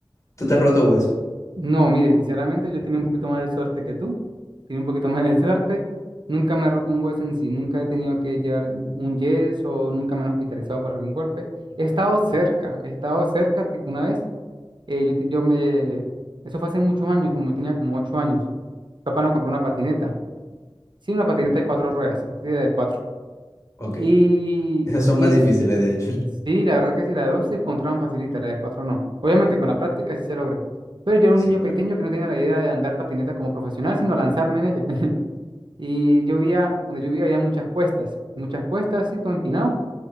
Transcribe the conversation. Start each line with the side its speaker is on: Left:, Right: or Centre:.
Left: ¿Tú te has roto huesos?
Right: No, mire, sinceramente yo tenía un poquito más de suerte que tú. Tenía un poquito <laughs> más de suerte. Nunca me he roto un hueso en sí, nunca he tenido que llevar un yeso, nunca me han hospitalizado por algún golpe. He estado cerca, he estado cerca, tipo una vez, eh, yo, te- yo me... Eso fue hace muchos años, como tenía como ocho años. Papá nos compró una patineta. Sí, una patineta de cuatro ruedas, una patineta de cuatro.
Left: Ok.
Right: Y,
Left: Esas son
Right: y
Left: más difíciles, de hecho. <laughs>
Right: Sí, la verdad que sí, la de dos se controlan facilita, la de cuatro no. Obviamente con la práctica sí se logra. Pero yo era un
Left: Sí,
Right: niño
Left: claro.
Right: pequeño que no tenía la idea de andar patineta como profesional, sino lanzarme en ella. <laughs> Y yo vivía, donde yo vivía había muchas cuestas, muchas cuestas, y todo empinado.